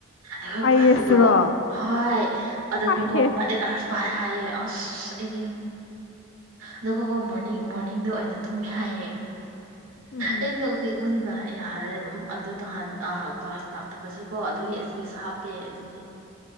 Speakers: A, on the right; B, on the left.
A: ꯑꯩꯈꯣꯏ
B: ꯑꯥꯏ
A: ꯀ꯭ꯂꯥꯁꯀꯤꯗꯣ
B: ꯑꯦꯁꯇꯨꯔꯣ
A: ꯍꯣꯏ ꯑꯗꯨꯒ
B: ꯍꯥꯏꯍꯦ
A: ꯀꯣ ꯑ ꯄꯥꯏ ꯍꯥꯏꯌꯦ ꯑꯁ ꯑꯩꯗꯤ ꯑꯗꯨꯒꯣꯀꯣ ꯃꯣꯔꯅꯤꯡ ꯃꯣꯔꯅꯤꯡꯗ ꯑꯣꯏꯅ ꯇꯨꯝꯃꯦ ꯍꯥꯏꯑꯦ
B: ꯎꯝ ꯍꯨꯝ
A: ꯑ ꯅꯣꯛꯅꯤꯡꯕꯅꯤꯅ ꯌꯥꯔꯣꯏ ꯑꯗꯨ ꯅꯍꯥꯟ ꯂꯥꯛꯇꯕꯁꯨ ꯀꯣ ꯑꯗꯨꯒꯤ ꯑꯦꯛꯁꯀ꯭ꯌꯨꯁ ꯍꯥꯞꯄꯦ ꯑꯗꯨꯒꯤ